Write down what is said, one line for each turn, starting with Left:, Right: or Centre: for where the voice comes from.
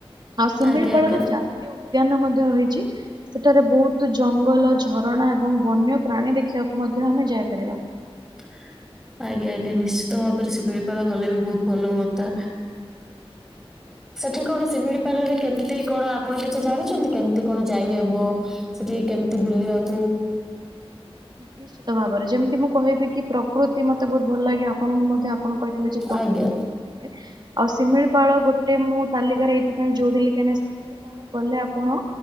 Right: ଆଉ ଶିମିଳିପାଳରେ
Centre: ଆଜ୍ଞା ଆଜ୍ଞା
Right: ଜାତୀୟ ଉଦ୍ ଦ୍ୟାନ ମଧ୍ୟ ରହିଚି। ସେଠାରେ ବହୁତ ଜଙ୍ଗଲ ଝରଣା ଏବଂ ବନ୍ୟ ପ୍ରାଣୀ ଦେଖିବାକୁ ମଧ୍ୟ ଧ୍ୟ ଆମେ ଯାଇପାରିବା।
Centre: <inaudible> ଆଜ୍ଞା ଆଜ୍ଞା। ନିଶ୍ଚିତ ଭାବରେ ଶିପିଳିପାଳା ଗଲେ ବି ବହୁତ ଭଲ ହୁଅନ୍ତା। ସେଠି କଣ ଶିମିଳିପାଳରେ କେମିତି କଣ ଆପଣ କିଛି ଜାଣିଚନ୍ତି କେମିତି କଣ ଯାଇହବ ସେଠି କେମିତି ବୁଲିବାକୁ
Right: ନିଶ୍ଚିତ ଭାବରେ ଯେମିତି ମୁଁ କହିବି କି ପ୍ରକୃତି ମତେ ବହୁତ ଭଲ ଲାଗେ ଆପଣଙ୍କୁ ମଧ୍ୟ ପଣ କହିଥିଲେ ଯେ ପ୍ରକୃତି
Centre: ଆଜ୍ଞା
Right: ଭଲ ଲାଗେ ଆଉ ସିମିଳିପାଳ ଗୋଟେ ମୁଁ ତାଲିକାରେ ଏଇଥିପାଇଁ ଯୋଡିଲି କା ଇନା ଶିମିଳି କଲେ ଆପଣ